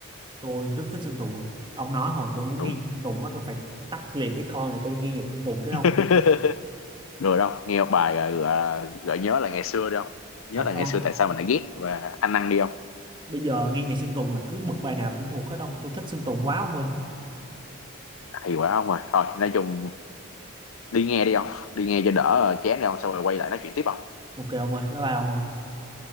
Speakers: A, on the right (about 20°); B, on the left (about 80°).
A: tôi rất thích Sơn Tùng không ông nói hồi tôi muốn
B: đúng
A: nghe Sơn Tùng á tôi phải tắt liền cái con này tôi đi nghe nhạc Sơn Tùng cái
B: <laughs>
A: không
B: rồi đâu nghe một bài ờ, gọi gợi nhớ là ngày xưa đâu nhớ
A: thật
B: là ngày
A: không
B: xưa tại sao mình lại ghét và anh ăn đi không
A: bây giờ nghe nhạc Sơn Tùng là cứ bật bài nào tôi cũng thuộc hết ông tôi thích Sơn Tùng quá ông ơi
B: thì quá không rồi thôi nói chung đi nghe đi không đi nghe cho đỡ chén chán đi không xong rồi quay lại nói chuyện tiếp không
A: ok ông ơi bye bye ông ơi